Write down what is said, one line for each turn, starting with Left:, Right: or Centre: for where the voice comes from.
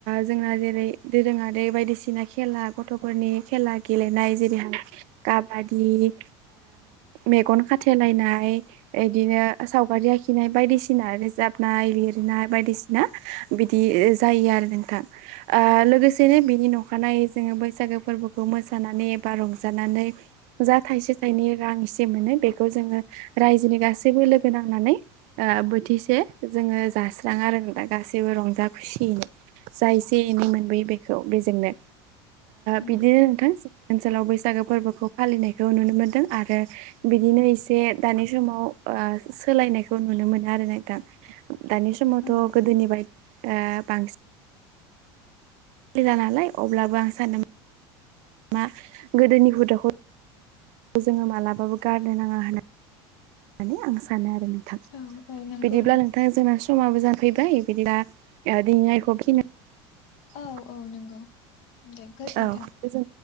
Right: जोंना जेरै दोरोङारि बायदिसिना खेला गथ'फोरनि खेला गेलेनाय जेरैहाय काबादि मेगन खाथेलायनाय ओमफ्राय बिदिनो सावगारि आखिनाय बायदिसिना रोजाबनाय लिरनाय बायदिसिना बिदि जायो आरो नोंथां लोगोसेनो बिनि नखानाय जोङो बैसागो फोरबो फोरबोखौ मोसानानै एबा रंजानानै जा थाइसे थाइनै रां एसे मोनो बेखौ जोङो रायजोनि गासैबो लोगो नांनानै बोथिसे जोङो जास्रांङो आरो दा गासैबो रंजा खुसियैनो जा एसे एनै मोनबोयो बेखौ बेजोंनो।
Left: औ
Right: बिदिनो नोंथां ओनसोलाव बैसागो फोरबोखौ फालिनायखौ नुनो मोनदों आरो बिदिनो एसे दानि समाव सोलायनायखौ नुनो मोनो आरो नोंथां दानि समावथ'
Left: औ
Right: - गोदोनिफ्राय बांसिन खिला नालाय अब्लाबो आं सानदोंमोन मा गोदोनि हुदाखौ खौ जोङो मालाबाबो गारनो नाङा होननानै होननानै आं सानो आरो नोंथां
Left: औ औ नंगौ
Right: बिदिब्ला नोंथां जोंना समाबो जाफैबाय ा आदियायखौिना <inaudible> <unintelligible>
Left: औ औ नंगौ दे गोजोनथों
Right: औ गोजोन